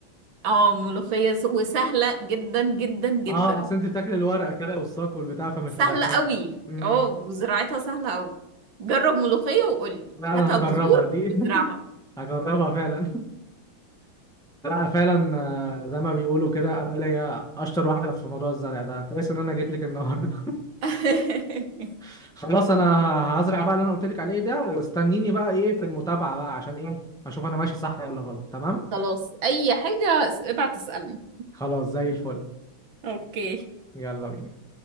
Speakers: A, on the right; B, in the centre.
A: اه ملوخية س- وسهلة جدا جدا جدا
B: <laughs> اه اصل انت بتاكل الورقه كده والساق والبتاع فمش
A: سهلة
B: هتحتاج
A: قوي
B: امم
A: اه وزراعتها سهلة قوي جرب ملوخية وقولي
B: لا انا
A: هاتها
B: هجربها
A: بذور
B: دي
A: وزرعها
B: <laughs> هجربها فعلا <laughs> لا فعلا آه، زي ما بيقولوا كده انا ليا اشطر واحده في موضوع الزرع ده كويس ان انا جيت لك النهارده
A: <laughs>
B: <laughs> خلاص انا هزرع بقى اللي انا قلت لك عليه ده واستنيني بقى ايه في المتابعه بقى عشان ايه اشوف انا ماشي صح ولا غلط تمام
A: خلاص اي حاجة ابعت اسألني
B: خلاص زي الفل
A: <laughs> اوكي
B: يلا بينا